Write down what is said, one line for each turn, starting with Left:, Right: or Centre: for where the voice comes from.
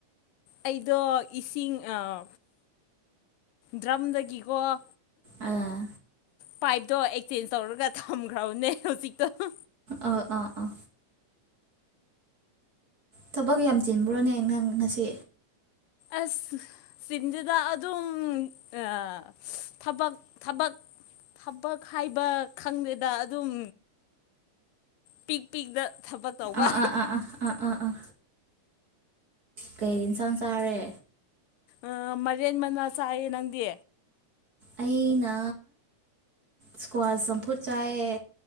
Left: ꯑꯩꯗꯣ ꯏꯁꯤꯡ ꯑꯥ ꯗ꯭ꯔꯝꯗꯒꯤꯀꯣ ꯍꯥ
Right: ꯑꯥ
Left: ꯄꯥꯏꯞꯇꯣ ꯑꯦꯛꯆꯦꯟꯖ ꯇꯧꯔꯒ ꯊꯝꯈ꯭ꯔꯕꯅꯦ ꯍꯧꯖꯤꯛꯇꯣ ꯍꯥ
Right: ꯑꯥ ꯑꯥ ꯑꯥ ꯊꯕꯛ ꯌꯥꯝ ꯆꯤꯟꯕ꯭ꯔꯣꯅꯦ ꯅꯪ ꯉꯁꯤ
Left: ꯑꯁ ꯆꯤꯟꯗꯦꯗ ꯑꯗꯨꯝ ꯑꯥ ꯊꯕꯛ ꯊꯕꯛ ꯊꯕꯛ ꯍꯥꯏꯕ ꯈꯪꯗꯦꯗ ꯑꯗꯨꯝ ꯄꯤꯛ ꯄꯤꯛꯗ ꯊꯕꯛ ꯇꯧꯕ
Right: ꯑꯥ ꯑꯥ ꯑꯥ ꯑꯥ ꯑꯥ ꯑꯥ ꯑꯥ ꯀꯩ ꯑꯦꯟꯁꯥꯡ ꯆꯥꯔꯦ
Left: ꯑꯥ ꯃꯥꯏꯔꯦꯟ ꯃꯅꯥ ꯆꯥꯏꯌꯦ ꯅꯪꯗꯤ
Right: ꯑꯩꯅ ꯁꯀ꯭ꯋꯥꯁ ꯆꯝꯐꯨꯠ ꯆꯥꯏꯌꯦ